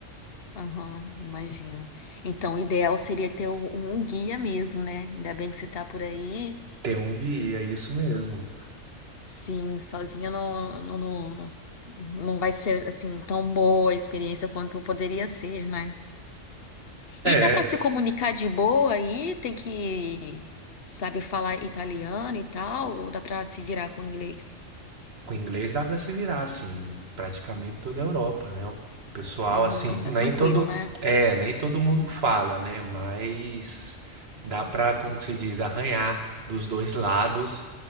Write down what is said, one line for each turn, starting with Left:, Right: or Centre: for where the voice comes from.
Left: Aham, imagino. Então, o ideal seria ter um um guia mesmo, né? Ainda bem que você tá por aí
Right: Ter um guia, isso mesmo.
Left: Sim, sozinha não, não, não, não vai ser assim tão boa a experiência quanto poderia ser, né?
Right: É,
Left: E dá para se comunicar de boa aí? Tem que saber falar italiano e tal, ou dá para se virar com inglês?
Right: Com inglês dá para se virar, assim, praticamente toda a Europa, né? O pessoal,
Left: Aham,
Right: assim,
Left: dá
Right: nem
Left: tranquilo,
Right: todo,
Left: né?
Right: é, nem todo mundo fala, né? Mas dá para, como que se diz, arranhar dos dois <laughs> lados